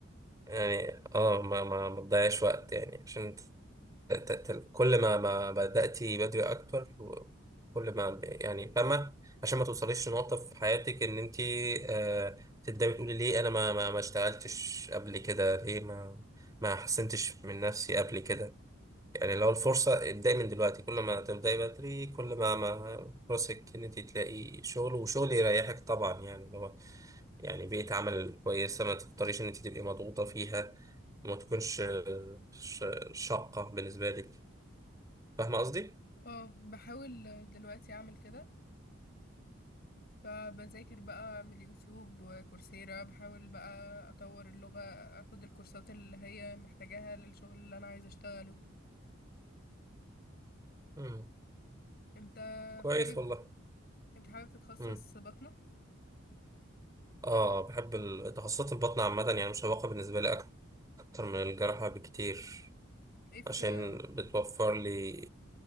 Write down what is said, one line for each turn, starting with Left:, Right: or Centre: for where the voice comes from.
Right: يعني اه ما ما ما تضيعش وقت يعني عشان ت- ت- كل ما ما بدأتي بدري أكتر و- كل ما يعني فاهمة عشان ما توصليش لنقطة في حياتك إن أنت آه تبدأي تقولي ليه أنا ما ما ما اشتغلتش قبل كده ليه ما ما حسنتش من نفسي قبل كده يعني لو الفرصة ابدأي من دلوقتي كل ما تبدأي بدري كل ما ما فرصك إن أنت تلاقي شغل وشغل يريحك طبعا يعني اللي هو يعني بيئة عمل كويسة ما تضطريش إن أنت تبقي مضغوطة فيها ما تكونش آه، ش- شاقة بالنسبة لك فاهمة قصدي؟
Left: اه بحاول دلوقتي اعمل كده فبذاكر بقى من اليوتيوب وكورسيرا بحاول بقى اطور اللغة اخد الكورسات اللي هي محتاجاها للشغل اللي انا عايزة اشتغله
Right: امم
Left: انت
Right: كويس
Left: حابب
Right: والله
Left: انت حابب تتخصص
Right: امم
Left: بطنة
Right: اه بحب ال- تخصصات البطن عامة يعني مشوقة بالنسبة لي أكتر من الجراحة بكتير
Left: ايه في
Right: عشان بتوفر لي